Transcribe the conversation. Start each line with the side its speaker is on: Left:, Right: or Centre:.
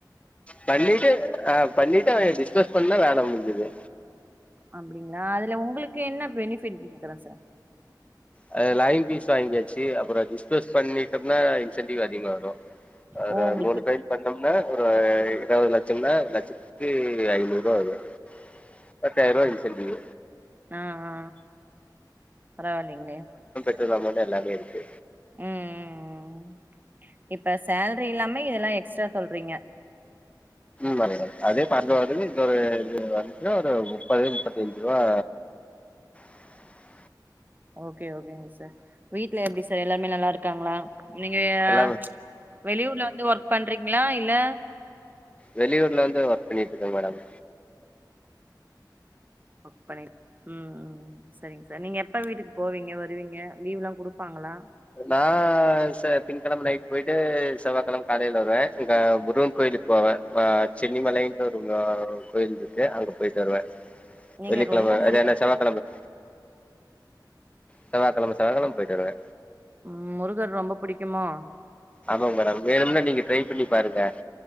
Left: பண்ணிட்டு அ பண்ணிட்டு அவிக டிஸ்பர்ஸ் பண்ண வே ல முடிஞ்சுது
Right: அப்டிங்ளா அது இல்ல உங்களுக்கு என்ன பெனிஃபிட் க்குற சார்
Left: அதுல லாகின் ஃபீஸ் வாங்கியாச்சு அப்பறோ டிஸ்பஸ் பண்ணிட்டம்னா இன்சென்டிவ் அதிகமா வரு ஒரு
Right: ஓ உங்களுக்கு
Left: மூணு டைம் பண்ணம்னா ஒரு எ இருவது லட்சம்னா லட்சத்துக்கு ஐநூரூவா வரு பத்தாயரூவா இன் செண்டிவ்
Right: ஆ ஆ பரவாலைங்ளே
Left: நம்மட்ட எல்லாமேருக்கு
Right: ம் ம் ம் இப்ப ஸ் சேல்ரி இல்லாம இதெல்லா எக்ஸ்ட்ரா சொல்றீங்க
Left: ம் ஆமாங்க மேம் அதே அதை பார்முலாடது இந்த ஒரு இது வந்ச்சுன்னா ஒரு மு முப்பதி முப்பத்தஞ்சு ரூவா <unintelligible>
Right: ஓகே ஓகேங்க சார் வீட்ல எப்டி சார் எல்லாருமே நல்லாருக்காங்ளா நீங்க
Left: எல்லாமே
Right: ச் வெளியூர்ல வந்து வொர்க் பண்றீங்ளா இல்ல
Left: வெளியூர்ல வந்து ஒர்க் பண்ணிட்டுருக்கங் மேடம்
Right: குக் பண்ணீடு ம் ம் ம் சரிங்க சார் நீங்க எப் அப்பா வீட்டுக்கு போவீங்க வருவீங்க லீவ் எல்லா கொடுப்பாங்களா
Left: நா சே திங்க்கெழம நைட் போயிட்டு செவ்வாக்கெழம காலேல வருவே இங்க முருகன் கோயிலுக்கு போவே ஆ சென்னி மலைன்டு ஒரு மா கோயில் இருக்கு அங்க போயிட்டு வருவே
Right: நீங்க
Left: வெள்ளிக்கிழம
Right: ரொம்ப முருகன்
Left: இல்லன்னா செவ்வாகிழம செவ்வாக்கழம செவ்வாக்கழம போயிட்டு வருவ
Right: உம் முருகர் ரொம்ப புடிக்குமோ
Left: ஆமாங்க மேடம் வேணும்னா நீங்க ட்ரை பண்ணி பாருங்க